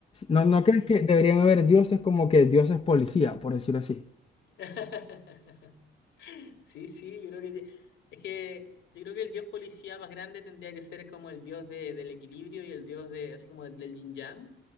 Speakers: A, on the left; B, on the left.
A: ¿No, no
B: ujú.
A: crees que deberían haber dioses como que dioses policía, por decirlo así?
B: <laughs> Sí, sí, yo creo que te- es que yo creo que el dios policía más grande tendría que ser como el dios de- del equilibrio y el dios de así como del yin yang,